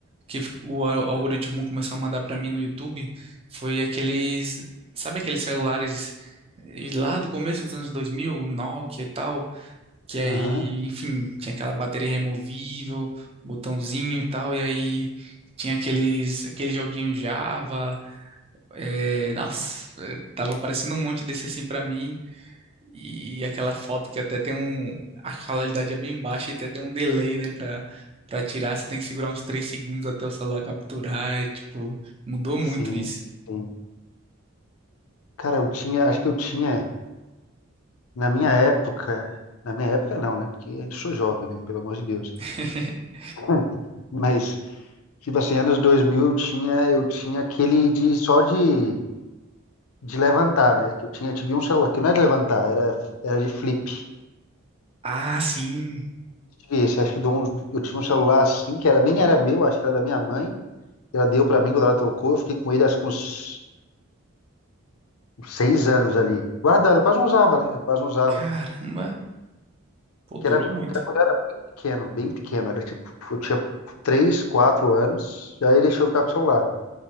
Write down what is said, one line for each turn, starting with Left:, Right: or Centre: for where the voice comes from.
Right: que o al- algoritmo começou a mandar pra mim no YouTube, foi aqueles, sabe aqueles celulares eh, lá do começo dos anos dois mil o Nokia e tal, que aí,
Left: aham,
Right: enfim, tinha aquela bateria removível, botãozinho e tal, e aí tinha aqueles, aquele joguinho Java, eh, nossa, eh, tava aparecendo um monte desse assim pra mim, e, e aquela foto que até tem um. A qualidade é bem baixa e até tem um delay, né, pra, pra tirar. Você tem que segurar uns 3 segundos até o celular capturar. E, tipo, mudou muito
Left: sim,
Right: isso.
Left: sim. Cara, eu tinha, acho que eu tinha Na minha época, na minha época não, né? Porque eu ainda sou jovem, né? Pelo amor de Deus.
Right: <laughs>
Left: <laughs> Mas, tipo assim, anos 2000 eu tinha, eu tinha aquele de só de, de levantar, né? Que eu tinha, eu tive um celular, que não era de levantar, era, era de flip.
Right: Ah, sim.
Left: Tive Esse, acho que de um- eu tinha um celular assim, que era, nem era meu, acho que era da minha mãe. Ela deu pra mim quando ela trocou, eu fiquei com ele acho que uns, uns seis anos ali. Guardado, eu quase não usava, né? Eu quase não usava.
Right: Caramba. Pô, durou
Left: que era, que
Right: muito.
Left: era quando eu era bem pequeno, bem pequeno. Era tipo, eu tinha 3, 4 anos, e aí deixou eu ficar com o celular,